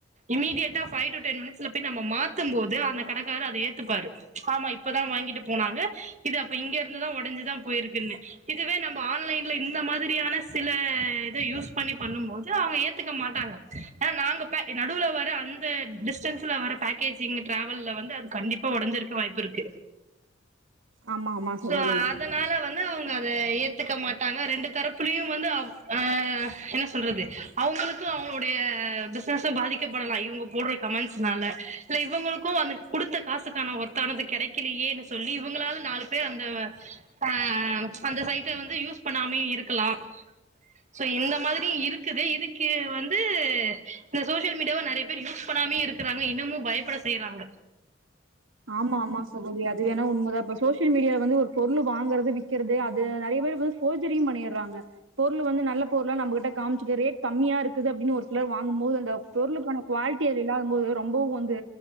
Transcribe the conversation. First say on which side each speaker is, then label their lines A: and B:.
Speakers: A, on the right (about 40°); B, on the right (about 75°).
A: இமிடியட்டா ஃபைவ் டூ டென் மினிட்ஸ் ல போய் நம்ப மாத்தும்போது அந்த கடைகாரு அத ஏத்துப்பாரு ஆமா இப்பதா வாங்கிட்டு போனாங்க இத இப்ப இங்க இங்கதா ஒடைஞ்சுதா போயிருக்குன்னு இதுவே நம்ம ஆன் ஆன்லைன்ல இந்த மாதிரியான சில இத யூஸ் பண்ணி பண்ணும் போது அவுங்க ஏத்துக்க மாட்டாங்க ஏனா நாங்க ப்ப நடுவுல வர அந்த டிஸ்டன்ஸ்ல வர பேக்கேஜிங் டிராவல்ல வந்து அது கண்டிப்பா ஒடஞ்சிருக்க வாய்ப்பு இருக்கு
B: ஆமா ஆமா சகோதரி
A: சோ அதனால வந்து அவங்க அத ஏத்துக்க மாட்டாங்க ரெண்டு தரப்புலையு வந்து அவு அ என்ன சொல்றது அவங்களுக்கு அவங்களுடைய பிசினஸும் பாதிக்கப்படலாம் இவங்க போடுற கமெண்ட்ஸ்னால இல்ல இவங்களுக்கும் அந்த குடுத்த காசுக்கான ஒர்த்தானது கெடைக்கலையேன்னு சொல்லி இவங்களால நாலு பேர் அந்த அஹ் அந்த சைட்டை வந்து யூஸ் பண்ணாமயே இருக்கலா சோ இந்த மாதிரி இருக்குது இதுக்கு வந்து இந்த சோசியல் மீடியாவ நறைய பேர் யூஸ் பண்ணாமே இருக்கறாங்க இன்னமு பயப்பட செய்யறாங்க
B: ஆமா ஆமா சகோதரி அது உண்மதா இப்ப சோசியல் மீடியால வந்து ஒரு பொருள் வாங்கிறது விக்கறது அது நெறைய பேரு வந்து ஃபோர்ஜெரியு பண்ணிடுறாங்க பொருளு வந்து நல்ல பொருளா நம்புகிட்ட காமிச்சுட்டு ரட் கம்மியா இருக்குது அப்படின்னு ஒரு சிலர் வாங்கும்போது அந்த பொருளுக்கான குவாலிட்டி அதுல இல்லாதம் போது ரொம்பவு வந்து